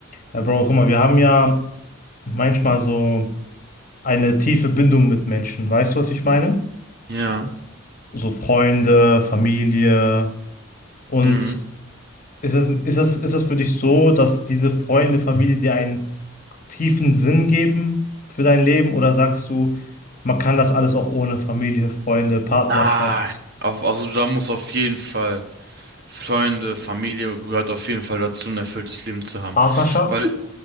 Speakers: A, on the left; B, on the right.
A: Ja, Bro, guck mal, wir haben ja manchmal so eine tiefe Bindung mit Menschen. Weißt du, was ich meine?
B: Ja.
A: So Freunde, Familie. Und
B: Mhm. Mhm.
A: ist das, ist das, ist das für dich so, dass diese Freunde, Familie dir ein tiefen Sinn geben für dein Leben oder sagst du, man kann das alles auch ohne Familie, Freunde, Partnerschaft?
B: Nein. Auf, also da muss auf jeden Fall Freunde, Familie gehört auf jeden Fall dazu, ein erfülltes Leben zu haben.
A: Partnerschaft?
B: Weil